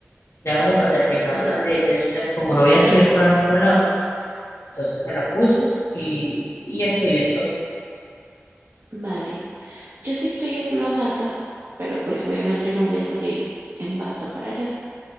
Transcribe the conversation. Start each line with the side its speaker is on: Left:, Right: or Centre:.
Left: ya como para terminarla
Right: ok,
Left: de, de ensuciar, como no voy a salir para ningún lado, entonces me la puse y, y estoy en top.
Right: vale. Yo sí estoy en una bata, pero pues obviamente no voy a salir en bata para allá,